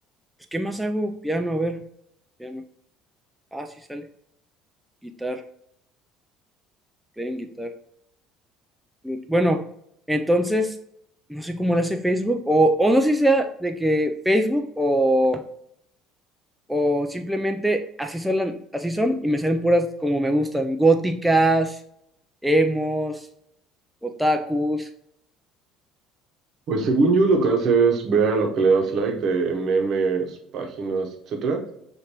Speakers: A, in the centre; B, on the right.
A: pues, ¿qué más hago? Piano, a ver. Piano. Ah, sí sale. Guitar, playing guitar. Glut- Bueno, entonces, no sé cómo lo hace Facebook, o, o no sé si sea de que Facebook o, o simplemente así son, la- así son y me salen puras como me gustan, góticas, emos, otakus.
B: Pues según yo lo que hace es ver a lo que le das like de memes, páginas, etcétera,